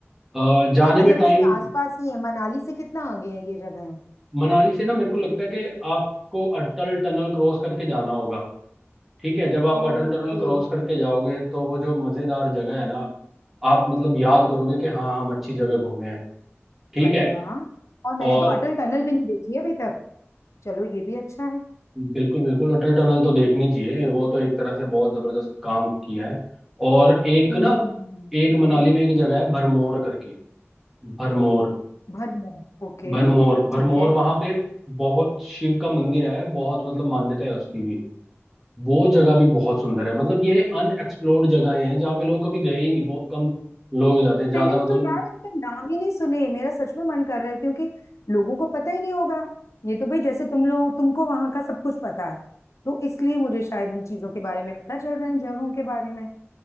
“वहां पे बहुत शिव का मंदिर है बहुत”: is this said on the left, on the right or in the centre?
Centre